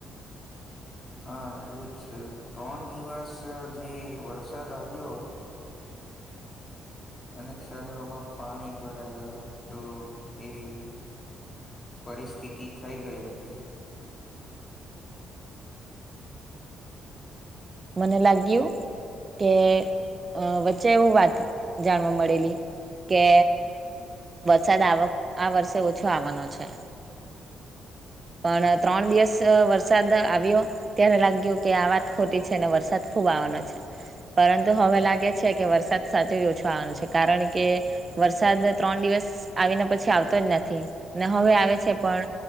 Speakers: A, on the left; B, on the right.
A: હા એવુંજ છે ત્રણ દિવસ જે વરસાદ આવ્યો અનેક શહેરોમાં પાણી ભરાયો હતો એવી પરિસ્થિતિ થઈ ગઈ હતી
B: મને લાગ્યું કે અ વચ્ચે એવું વાત જાણવા મળેલી કે
A: હમ
B: સાદ આવક આ વર્ષે ઓછો આવાનો છે પણ ત્રણ દિવસ વરસાદ આવ્યો ત્યારે લાગ્યું કે આ વાત ખોટી છે અને વરસાદ ખુબ આવાનો છે પરંતુ હવે લાગે છે કે વરસાદ સાચે જ ઓછો આવાનો છે કારણ કે વરસાદ ત્રણ દિવસ આવીને પછી આવતો જ નથી ને હવે આવે છે પણ